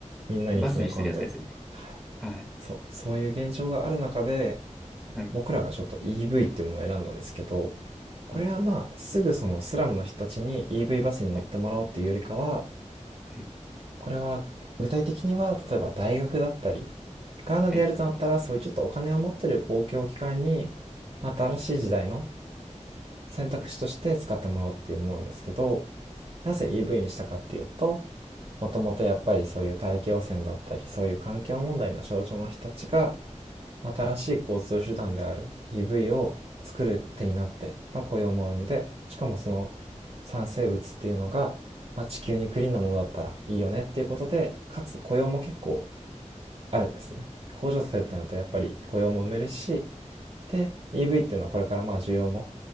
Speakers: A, on the right; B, in the centre.
A: みんなに詰め込んで、
B: バスにしてるやつですよね。
A: はい、
B: はい。
A: そうそういう現状がある中で
B: はい。
A: 僕らがちょっと EV っていうものを選んだんですけどこれはまあすぐそのスラムの人たちに
B: はい。
A: EV バスに乗ってもらおうっていうよりかは
B: はい。はい。
A: これは具体的には例えば大学だったりガーナでやるとなったらそういうちょっとお金を持ってる公共機関に
B: はい。
A: また新しい時代の選択肢として使ってもらおうっていうものなんですけど
B: はい
A: なぜ EV にしたかっていうともともとやっぱりそういう大気汚染だったりそういう環境問題の症状の人たちが新しい交通手段である EV を作る手になって、まあ、雇用も生んでしかもその産生物っていうのが、まあ、地球にクリーンなものだったらいいよねっていうことでかつ雇用も結構あるんですね。工場されてなるとやっぱり雇用も埋めるしで EV っていうのはこれからまあ需要も